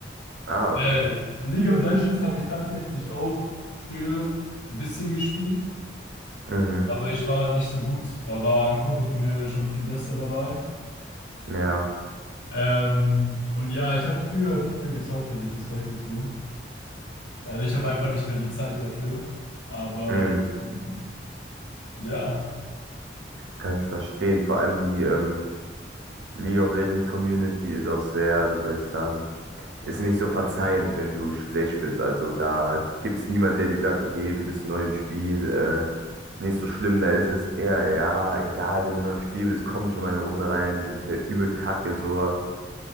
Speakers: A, on the right (about 65°); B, on the left (about 80°).
A: Ah, okay.
B: Äh, League of Legends habe ich tatsächlich auch früher ein bisschen gespielt,
A: Mhm.
B: aber ich war nicht so gut. Da war ein Kumpel von mir schon viel besser dabei.
A: Ja,
B: Ähm, und ja, ich habe früher viel mehr gezockt, als ich das heute tue. Leider, ich habe einfach nicht mehr die Zeit dafür. Aber
A: mhm.
B: ähm, ja,
A: Kann ich verstehen. Vor allem die, ähm, League of Legends Community ist auch sehr, wie soll ich sagen, ist nicht so verzeihend, wenn du schlecht bist. Also da gibt es niemand, der dir sagt, okay, du bist neu im Spiel, äh, nicht so schlimm. Da ist es eher, ja, egal, wenn du neu im Spiel bist, komm nicht in meine Runde rein, du bist ja übel kacke, sowas.